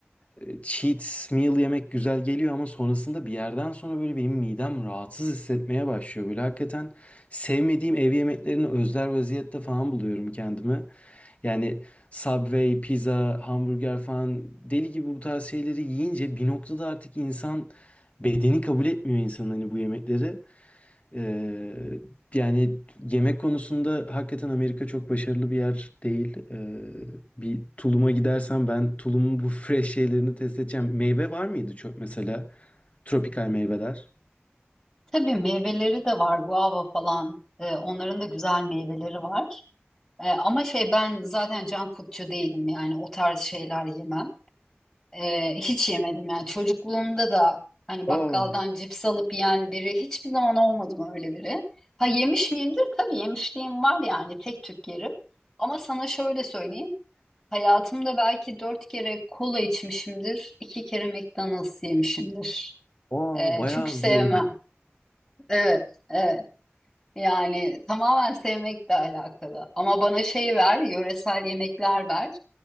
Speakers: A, on the left; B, in the centre.
A: e, cheat meal yemek güzel geliyor ama sonrasında bir yerden sonra böyle benim midem rahatsız hissetmeye başlıyor. Böyle hakikaten sevmediğim ev yemeklerini özler vaziyette falan buluyorum kendimi. Yani Subway, pizza, hamburger falan deli gibi bu tarz şeyleri yiyince bir noktada artık insan bedeni kabul etmiyor insanın hani bu yemekleri. Ee, yani yemek konusunda hakikaten Amerika çok başarılı bir yer değil. Ee, bir Tulum'a gidersem ben Tulum'un bu fresh şeylerini test edeceğim. Meyve var mıydı çok mesela? Tropikal meyveler.
B: Tabii meyveleri de var guava falan. Ee, onların da güzel meyveleri var. Ee, ama şey ben zaten can foodcu değilim yani o tarz şeyler yemem. Ee, hiç yemedim yani çocukluğumda da hani
A: Aa,
B: bakkaldan cips alıp yiyen biri hiçbir zaman olmadım öyle biri. Ha yemiş miyimdir? Tabii yemişliğim var yani tek tük yerim. Ama sana şöyle söyleyeyim. Hayatımda belki dört kere kola içmişimdir. iki kere McDonald's yemişimdir.
A: aa
B: Ee,
A: bayağı
B: çünkü sevmem.
A: az bu arada.
B: Evet, evet. Yani tamamen sevmekle alakalı. Ama bana şey ver, yöresel yemekler ver.